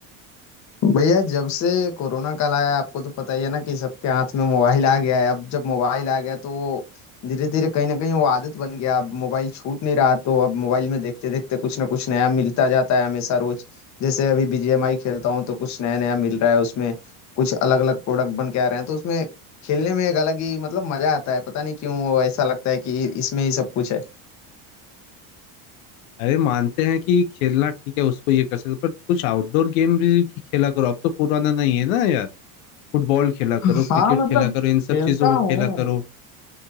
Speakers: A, on the left (about 40°); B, on the left (about 85°).
A: भैया जब से कोरोना काल आया है, आपको तो पता ही है ना कि सबके हाथ में मोबाइल आ गया है अब जब मोबाइल आ गया तो वो धीरे धीरे कहीं ना कहीं वो आदत बन गया अब मोबाइल छूट नहीं रहा तो अब मोबाइल में देखते देखते कुछ ना कुछ नया मिलता जाता है हमेशा रोज जैसे अभी बीजीएमआई खेलता हूँ तो कुछ नया नया मिल रहा है उसमें कुछ अलग अलग प्रोडक्ट बन के आ रहे हैं तो उसमें खेलने में एक अलग ही मतलब मजा आता है पता नहीं क्यों ऐसा लगता है कि इसमें ही सब कुछ है
B: अरे मानते हैं कि खेलना ठीक है उसको ये कर सकते हो, पर कुछ आउटडोर गेम भी खेला करो अब तो कोरोना नहीं है ना यार फुटबॉल खेला करो
A: हाँ
B: क्रिकेट
A: मतलब
B: खेला करो इन
A: खेलता
B: सब चीजों को
A: हूँ
B: खेला करो